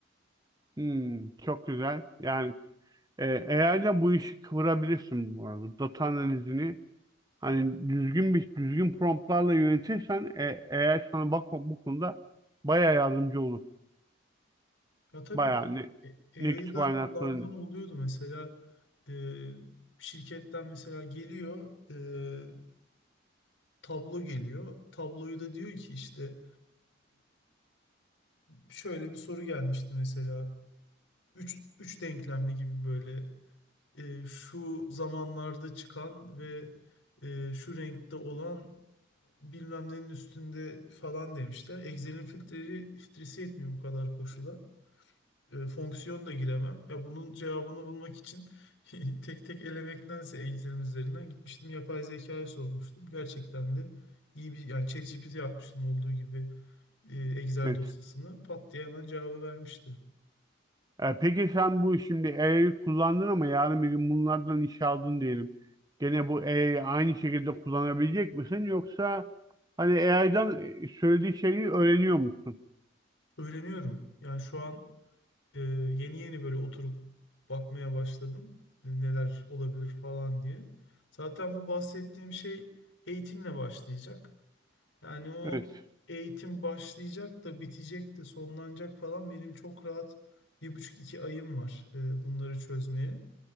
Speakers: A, on the right; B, on the left.
A: Hmm, çok güzel. Yani e, AI ile bu işi kıvırabilirsin bu arada. Data analizini hani düzgün bir düzgün promptlarla yönetirsen e, AI sana bak bu konuda bayağı yardımcı olur.
B: Ya tabii
A: Bayağı
B: ben
A: ne,
B: AI'yı
A: ne kütüphane
B: da kullandığım
A: atmanın-
B: oluyordu mesela e, şirketten mesela geliyor e, tablo geliyor. Tabloyu da diyor ki işte şöyle bir soru gelmişti mesela. Üç, üç denklemli gibi böyle e, şu zamanlarda çıkan ve e, şu renkte olan bilmem nenin üstünde falan demişler. Excel'in filtreleri filtresi yetmiyor bu kadar koşula. E, fonksiyon da giremem. Ya bunun cevabını bulmak için <laughs> tek tek elemektense Excel'in üzerinden gitmiştim. Yapay zekaya sormuştum. Gerçekten de iyi bir yani ChatGPT yapmıştım olduğu gibi e, Excel
A: Evet.
B: dosyasını pat diye hemen cevabı vermişti.
A: E, peki sen bu şimdi AI'yi kullandın ama yarın bir gün bunlardan iş aldın diyelim. Gene bu AI'yi aynı şekilde kullanabilecek misin yoksa hani AI'dan söylediği şeyi öğreniyor musun?
B: öğreniyorum. Yani şu an e, yeni yeni böyle oturup bakmaya başladım. E, Neler olabilir falan diye. Zaten bu bahsettiğim şey eğitimle başlayacak. Yani o
A: Evet,
B: eğitim başlayacak da bitecek de sonlanacak falan benim çok rahat bir buçuk iki ayım var e, bunları çözmeye.